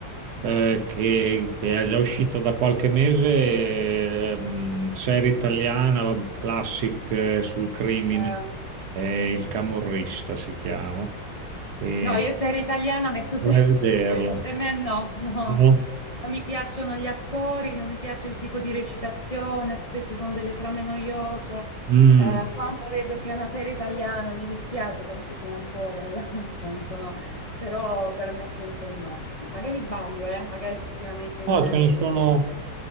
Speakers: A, on the right; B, on the left.
A: eh, che, che è già uscita da qualche mese, ehm, serie italiana, va- classic, eh, sul crimine,
B: Eh,
A: eh, Il Camorrista si chiama, e
B: No, io serie italiana metto
A: vorrei
B: se...
A: vederla.
B: <laughs> Per me no, no.
A: No?
B: Non mi piacciono gli attori, non mi piace il tipo di recitazione, spesso sono delle trame noiose.
A: Mm.
B: Eh, quando vedo che è una serie italiana mi dispiace, forse sono un po', tra l'altro, non sono... Però per me è sempre un no. Magari sbaglio, eh? Magari effettivamente
A: No,
B: mi perdo
A: ce ne sono,
B: del...